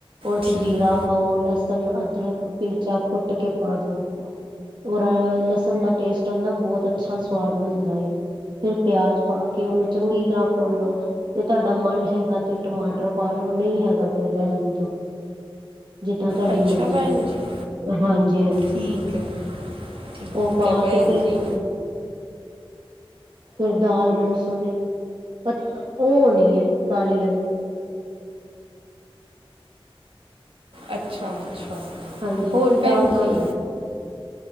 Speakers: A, on the right; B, on the right.
A: ਉਹਦੇ 'ਚ
B: ਠੀਕ
A: ਜੀਰਾ ਪਾਓ, ਲਸਣ, ਅਦਰਕ, ਮਿਰਚਾ ਕੁੱਟ ਕੇ ਪਾ ਦੋ। ਔਰ ਲਸਣ ਦਾ ਟੇਸਟ ਆਦਾ ਬਹੁਤ ਅੱਛਾ ਸਵਾਦ ਬਣਦਾ ਆ। ਫਿਰ ਪਿਆਜ ਪਾ ਕੇ ਉਹਨੂੰ ਚੰਗੀ ਤਰ੍ਹਾਂ ਭੁੰਨ ਲਓ। ਤੇ ਤੁਹਾਡਾ ਮਨ ਹੈਗਾ ਤੇ ਟਮਾਟਰ ਪਾ ਲੋ ਨਹੀਂ ਹੈਗਾ ਤੇ ਰਹਿਣ ਦੋ। ਜਿੱਦਾਂ ਤੁਹਾਡੀ
B: ਅੱਛਾ
A: ਮਰਜ਼ੀ
B: ਭੈਣ
A: ਆ
B: ਜੀ,
A: ਹਾਂਜੀ-ਹਾਂਜੀ
B: ਠੀਕ ਐ। ਠੀਕ
A: ਉਹ ਪਾ
B: ਆ ਭੈਣ
A: ਕੇ ਤੇ
B: ਜੀ।
A: ਕੀ ਫਿਰ ਦਾਲ ਬੋਹਤ ਸੋਹਣੀ, ਉਹ ਹੋਣੀ ਏ ਕਾਲੀ ਆਲੀ।
B: ਅੱਛਾ-ਅੱਛਾ,
A: ਹਾਂਜੀ
B: ਹੋਰ
A: ਫਿਰ
B: ਭੈਣ
A: ਦਾਲ ਬਣ
B: ਜੀ।
A: ਜਾ